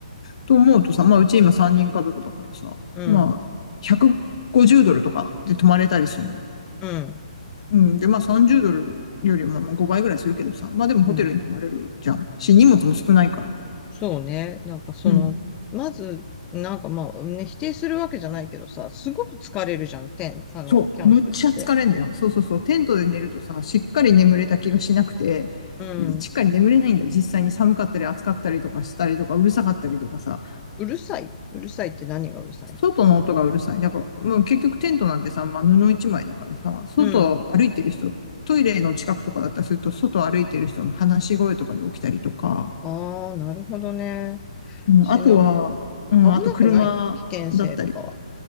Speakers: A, on the left; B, on the left.
A: と思うとさ、まあうち今三人家族だからさ、
B: うん、
A: まあ150ドルとかで泊まれたりするの。
B: うん。
A: うん。で、まあ30ドルよりもま5倍ぐらいするけどさ、まあでもホテルに泊まれるじゃん。
B: うん
A: し、荷物も少ないから。
B: そうね。なんかその、
A: うん。
B: まず、なんかまあ、ね、否定するわけじゃないけどさ、すごく疲れるじゃん、てん、あの、
A: そう。
B: キャンプって。
A: むっちゃ疲れんだよ。そうそうそう。テントで寝るとさ、しっかり眠れた気がしなくて、
B: うん。
A: で、しっかり眠れないんだよ。実際に寒かったり暑かったりとかしたりとか、うるさかったりとかさ。
B: うるさい。うるさいって何がうるさいの
A: 外の音がうるさい。だから、もう結局テントなんてさ、まあ、布一枚だからさ、外歩いてる人、
B: うん。
A: トイレの近くとかだったりすると、外歩いてる人の話し声とかで起きたりとか、
B: ああ、なるほどね。
A: うん、
B: しな、
A: あとは、うん、
B: 危なくないの危険性とかは。
A: あと車だったり、ん